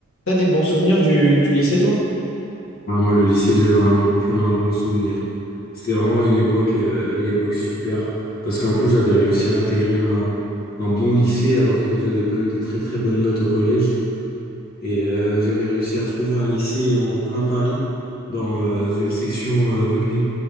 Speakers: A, on the left; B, on the left.
A: T'as des bons souvenirs du, du lycée, toi?
B: Ah, moi, le lycée, j'ai vraiment plein de bons souvenirs. C'était vraiment une époque, euh, une époque super. Parce qu'en plus, j'avais réussi à intégrer un, un bon lycée alors que je n'avais pas eu des très très bonnes notes au collège. Et euh, j'avais réussi à trouver un lycée en plein Paris dans euh, une section euh, rugby.